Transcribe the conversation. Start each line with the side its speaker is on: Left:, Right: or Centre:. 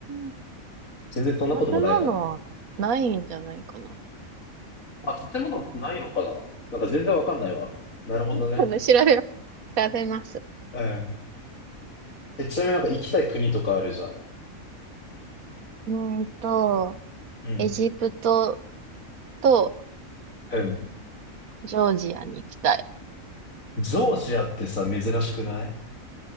Right: ん、
Left: 全然そんなこともないかな。
Right: 食べ物はないんじゃないかな。
Left: あ、建物ないのかななんか全然わかんないわ。なるほどね。
Right: <laughs> 調べ調べます。
Left: うん。え、ちなみになんか行きたい国とかあるじゃん。
Right: うーんと、
Left: うん。
Right: エジプトと
Left: うん。
Right: ジョージアに行きたい。
Left: ジョージアってさ、珍しくない